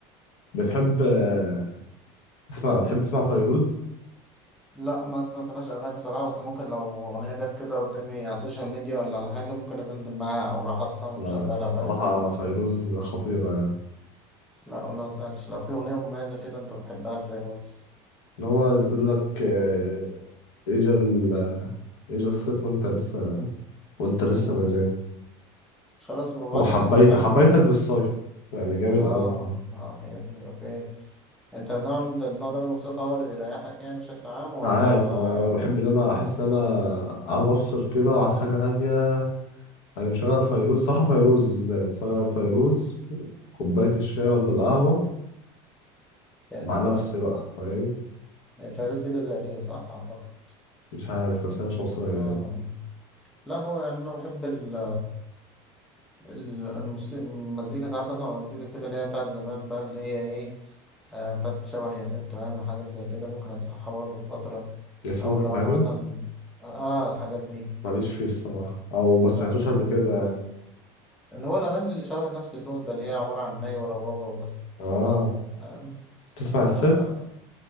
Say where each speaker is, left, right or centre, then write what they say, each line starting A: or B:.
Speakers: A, on the left; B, in the centre.
A: بتحب آه، تسمع بتحب تسمع فيروز؟
B: لا ما سمعتلاش اغاني بصراحه بس ممكن لو اغنيه جت كده قدامي على السوشيال ميديا ولا على حاجه ممكن ادندن معاها او لو حد صاحبي
A: لا،
B: مشغلها فاهم
A: صراحة فيروز خطيرة يعني
B: لا ولا ما سمعتش لو في اغنيه مميزه كده انت بتحبها لفيروز
A: اللي هو بيقول لك آه، إجا ال إجا الصيف وأنت لسه وأنت لسه
B: امم
A: ما جيت
B: خلاص ببعت
A: هو حبيت
B: لي اللينك بتاعها
A: حبيتك
B: ممكن
A: بالصيف يعني جامد
B: اه
A: أوي
B: اه هي دي اوكي انت النوع ده النوع ده من الموسيقى هو اللي بيريحك يعني بشكل عام ولا
A: ساعات أنا بحب إن أنا أحس إن أنا عايز أفصل كده وعايز حاجة هادية أنا مشغل فيروز صح فيروز بالذات مشغل فيروز كوباية الشاي
B: امم
A: ولا القهوة
B: جامد
A: مع نفسي
B: ده
A: بقى فاهم
B: هي فيروز دي جزائريه صح اعتقد
A: مش عارف بس أنا مش مصري
B: اه
A: يعني
B: لا هو يعني انا بحب ال ال- الموسيقى المزيكا ساعات بسمع مزيكا كده اللي هي بتاعت زمان بقى اللي هي ايه آه بتاعت شبه ياسين التهامي وحاجات زي كده ممكن اسمعها برضه في فترة
A: ياسين
B: او
A: الفهمي
B: لو انا مثلا اه الحاجات دي
A: ماليش فيه الصراحة أو ما
B: لا
A: سمعتوش
B: ال-
A: قبل كده يعني
B: اللي هو الاغاني اللي شبه نفس اللون ده اللي هي عبارة عن ناي وربابة وبس
A: آه
B: آه
A: تسمع الست
B: آه